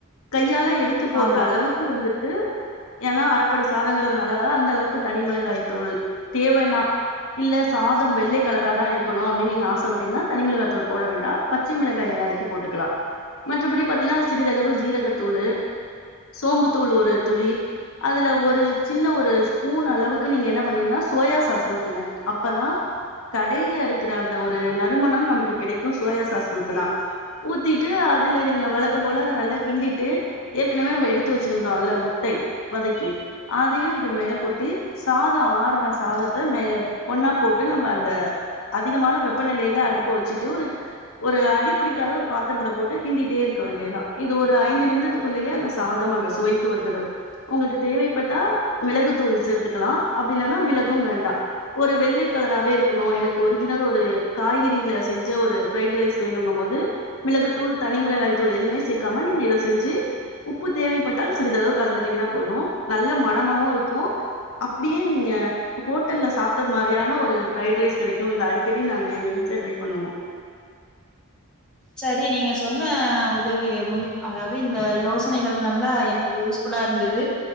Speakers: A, on the left (about 65°); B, in the centre.
A: கையால எடுத்து போடுற
B: ஆமா.
A: அளவுக்கு வந்துட்டு ஏன்னா அரப்படி சாதங்கறதுனால அந்த அளவுக்கு தனிமேளகாய் தூள் தேவன்னா இல்ல சாதோ வெள்ளை கலரா தா இருக்கணு அப்படின்னு நீங்க ஆசப்பட்டீங்கன்னா தனி மெளகா தூள் போட வேண்டா பச்சை மெளகாய நறுக்கி போட்டுக்கலா மற்றபடி பாத்தீங்கன்னா சிறிதளவு சீரகத்தூளு சோம்பு தூள் ஒரு துளி அதுல ஒரு சின்ன ஒரு ஸ்பூன் அளவுக்கு நீங்க என்ன பண்ணீங்கன்னா சோயா சாஸ் ஊத்துங்க அப்பதா கடையில இருக்குற அந்த ஒரு நறுமணம் நமக்கு கிடைக்கும் சோயா சாஸ் ஊத்துனா ஊத்திட்டு அதுல நீங்க வளக்கம் போல அத நல்லா கிண்டிட்டு ஏற்கனவே நம்ம எடுத்து வச்சிருத்தோல்ல முட்டை வதக்கி அதையு இது மேல கொட்டி சாதோ ஆருன சாதத்த மேல ஒன்னா போட்டு நம்ம அத அதிகமான வெப்பநெலையில அடுப்ப வச்சுட்டு ஒரு ஒரு அடிபுடிக்காத ஒரு பாத்துரத்துல போட்டு கிண்டிட்டே இருக்க வேண்டியதுதா இது ஒரு ஐந்து நிமிடத்துக்குள்ளயே அந்த சாதோ அந்த சுவைக்கு வந்துடு உங்களுக்கு தேவைப்பட்டா மிளகு தூள் சேத்துக்கலா அப்படி இல்லன்னா மிளகும் வேண்டா ஒரு வெள்ளை கலரவே இருக்கணு எனக்கு ஒரிஜினல் ஒரு காய்கறில செஞ்ச ஒரு பிரைட் ரைஸ் வேணுகும்போது மிளகு தூள் தனி மிளகாய் தூள் எதுவுமே சேக்காம நீங்க செஞ்சு உப்பு தேவைப்பட்டால் சிறிதளவு கலந்துட்டீங்கன்னா போது நல்ல மனமாவுருக்கு அப்டியே நீங்க ஹோட்டல்ல சாப்ட்டது மாரியான ஒரு ஃப்ரைைட்ஸ் கடைக்கு இது அடிக்கடி நாங்க எங்க வீட்ல ட்ரை பண்ணுவோ
B: செரி நீங்க சொன்ன உதவி மு அதாவது இந்த யோசனைகள் நல்லா எனக்கு யூஸ் ஃபுல்லா இருந்தது